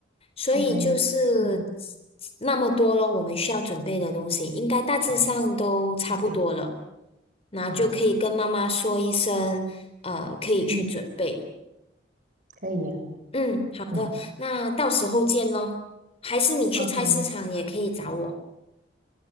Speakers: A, on the left; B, on the right.
A: 所以就是
B: ，OK，嗯，
A: 那么多了，我们需要准备的东西应该大致上都差不多了，
B: 好，OK，
A: 那就可以跟妈妈说一声，
B: 好，
A: 呃，可以去准备。
B: 嗯，可以呀、
A: 嗯，好的，
B: 嗯
A: 那到时候见咯。还是你去菜市场也可以找我。
B: ，OK，OK，